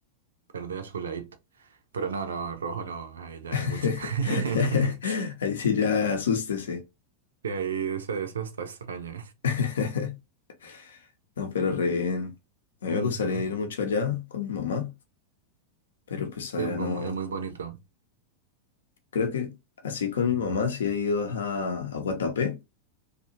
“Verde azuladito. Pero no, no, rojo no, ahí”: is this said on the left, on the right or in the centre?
Right